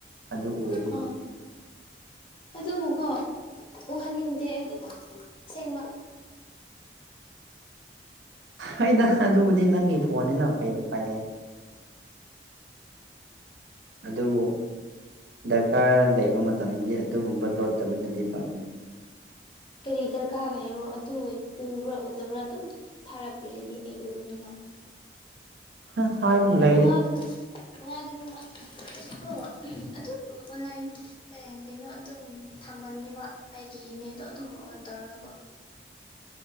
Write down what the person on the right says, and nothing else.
ꯑꯗꯨ ꯎꯔꯗꯤ
ꯍꯣꯏꯗ ꯑꯗꯨꯕꯨꯗꯤ ꯅꯪꯒꯤ ꯐꯣꯟꯅꯤꯅ ꯀꯩ ꯎꯄꯥꯏ ꯂꯩ ꯑꯗꯨꯕꯨ ꯗꯔꯀꯥꯔ ꯂꯩꯕ ꯃꯇꯝꯗꯗꯤ ꯑꯗꯨꯒꯨꯝꯕ ꯂꯣꯠꯇꯕꯅꯗꯤ ꯐꯕꯅꯤ
<unintelligible> ꯍꯥꯏꯕꯨ ꯂꯦ